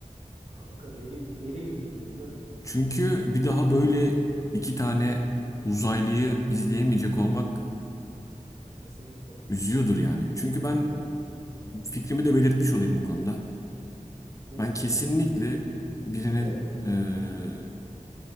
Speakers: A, on the right; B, on the left.
A: Kanka deli deli gibi yüzüyor biliyor musun?
B: Çünkü bir daha böyle iki tane uzaylıyı izleyemeyecek
A: <clears throat>
B: olmak
A: Ya kesinlikle.
B: üzüyordur yani. Çünkü ben
A: Ya kesinlikle.
B: fikrimi de belirtmiş olayım bu konuda.
A: Berit
B: Ben kesinlikle
A: abi.
B: birinin
A: Biliyorum zaten
B: eee,
A: de.